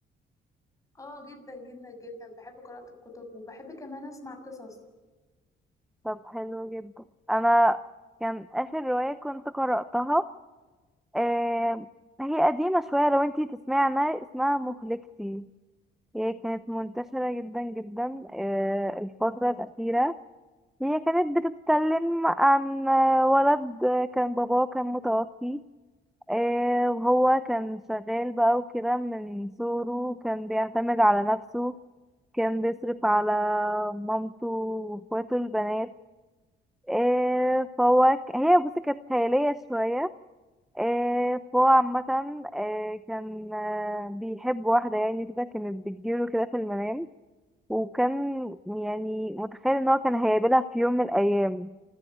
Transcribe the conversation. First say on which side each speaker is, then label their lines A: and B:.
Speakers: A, on the left; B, in the centre.
A: اه جدا جدا جدا بحب قراءة الكتب وبحب كمان اسمع قصص
B: طب حلو جدا انا كان اخر رواية كنت قرأتها آه هي قديمة شوية لو انتي تسمعي عنها اسمها مهلكتي هي كانت منتشرة جدا جدا آه الفترة الأخيرة هي كانت بتتكلم عن آه، ولد آه، كان باباه كان متوفي آه، وهو كان شغال بقى وكده من صغره كان بيعتمد على نفسه كان بيصرف على مامته واخواته البنات آه، فهو ك- هي بصي كانت خيالية شوية آه، فهو عامة آه، كان آه، بيحب واحدة يعني كده كانت بتجيله كده في المنام وكان يعني متخيل ان هو كان هيقابلها في يوم من الأيام